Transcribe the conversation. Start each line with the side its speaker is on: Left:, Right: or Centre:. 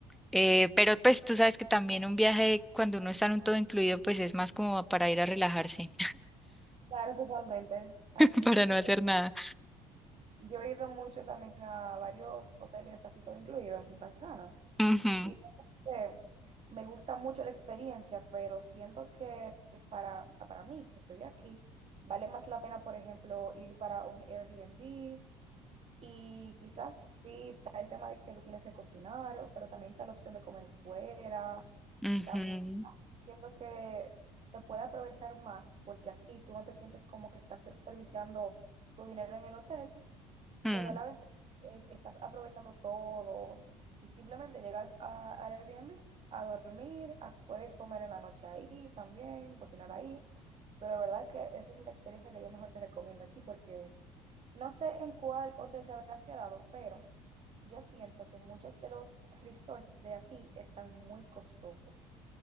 Centre: Eh, pero pues tú sabes que también un viaje cuando uno está en un todo incluido pues es más como para ir a relajarse,
Right: claro, totalmente. Aquí
Centre: <laughs> para no
Right: también,
Centre: hacer nada.
Right: yo he ido mucho también a varios hoteles, así todo incluido en Punta Cana.
Centre: Ujú,
Right: Y eh, me gusta mucho la experiencia, pero siento que para, o sea, para mí, que soy de aquí, vale más la pena, por ejemplo, ir para un Airbnb y quizás sí está el tema de que tú tienes que cocinar, pero también está la opción de comer fuera.
Centre: ujú,
Right: También siento que se puede aprovechar más porque así tú no te sientes como que estás desperdiciando tu dinero en el hotel
Centre: mm.
Right: pero a la vez eh, estás aprovechando todo y simplemente llegas a- al Airbnb a dormir, a- puedes comer en la noche ahí también, cocinar ahí, pero de verdad que esa es la experiencia que yo mejor te recomiendo aquí porque no sé en cuál hotel te habrás quedado, pero yo siento que muchos de los resorts de aquí están muy costosos.